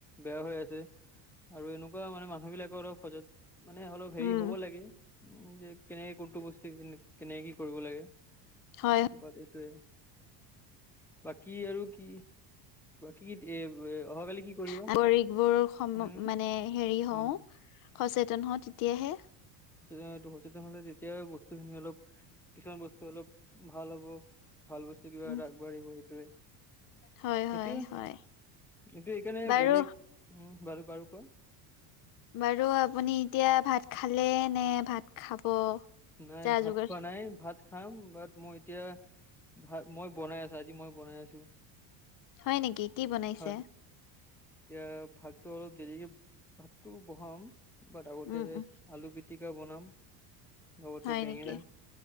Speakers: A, in the centre; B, on the left (about 45°).
A: বেয়া হৈ আছে আৰু এনেকুৱা মানে মানুহ বিলাকৰ অলপ সজাগ মানে অলপ হেৰি
B: উম
A: হ'ব লাগে উম যে কেনেকে কোনটো বস্তু কেনেকে কি কৰিব লাগে
B: হয়।
A: বাট এইটোৱে বাকী আৰু কি? বাক কি- অহাকালি কি কৰিব উম'
B: নাগৰিকবোৰ সম মানে হেৰি হওঁ
A: উম'
B: সচেতন হওঁ তেতিয়াহে
A: সচেতনটো সচেতন হলে যেতিয়া বস্তুখিনি অলপ কিছুমান বস্তু অলপ ভাল হ'ব, ভাল বস্তু কিবা
B: উম
A: এটা আগবাঢ়িব সেইটোৱে।
B: হয় হয়
A: এইটোয়ে
B: হয়
A: এইটো কাৰণে
B: বাৰু
A: বেলেগ উ' বাৰু। বাৰু কোৱা
B: বাৰু আপুনি এতিয়া ভাত খালে নে ভাত খাব?
A: নাই
B: যা
A: ভাত
B: যোগাৰ
A: খোৱা নাই। ভাত খাম, বাট মই এতিয়া ভা মই বনাই আছো আজি মই বনাই আছো।
B: হয় নেকি, কি বনাইছে?
A: হয় এতিয়া ভাতটো অলপ দেৰিকে ভাতটো বহাম। বাট আগতে,
B: উম উম
A: আলু পিটিকা বনাম। লগতে
B: হয়
A: বেঙেনা,
B: নেকি